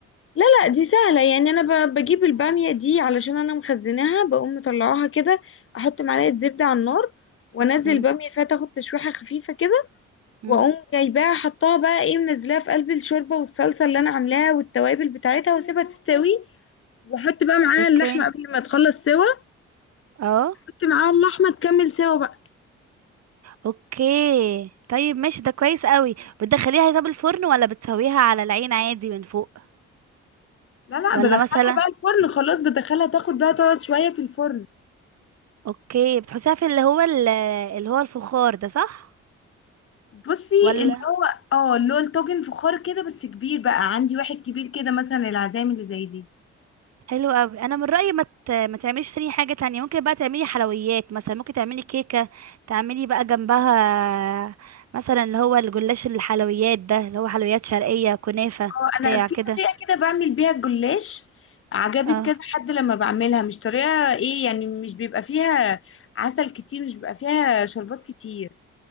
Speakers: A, on the left; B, on the right.
A: لا لا دي سهلة يعني أنا ب- بجيب البامية دي علشان أنا مخزناها بقوم مطلعاها كده أحط معلقة زبدة على النار وأنزل
B: مم.
A: البامية فيها تاخد تشويحة خفيفة كده
B: مم.
A: وأقوم جايباها حطاها بقى إيه منزلاها في قلب الشوربة والصلصة اللي أنا عاملاها والتوابل بتاعتها وأسيبها تستوي وأحط بقى معاها
B: اوكي
A: اللحمة قبل ما تخلص سوا
B: اه
A: أحط معاها اللحمة تكمل سوا بقى
B: اوكي طيب ماشي ده كويس قوي بتدخليها طب الفرن ولا بتسويها على العين عادي من فوق
A: لا لا
B: ولا
A: بدخلها
B: مثلا
A: بقى الفرن خلاص بدخلها تاخد بقى تقعد شوية في الفرن
B: اوكي بتحطيها في اللي هو ال- اللي هو الفخار ده صح
A: بصي
B: ولا
A: اللي هو اه اللي هو الطاجن فخار كده بس كبير بقى عندي واحد كبير كده مثلا العزايم اللي زي دي
B: حلو قوي انا من رايي ما ت- ما تعمليش تاني حاجه تانية ممكن بقى تعملي حلويات مثلا ممكن تعملي كيكه تعملي بقى جنبها مثلا اللي هو الجلاش الحلويات ده اللي هو حلويات شرقيه كنافه
A: اه،
B: بتاع
A: انا في
B: كده
A: طريقه كده بعمل بيها الجلاش عجبت
B: اه
A: كذا حد لما بعملها مش طريقه ايه يعني مش بيبقى فيها عسل كتير مش بيبقى فيها شربات كتير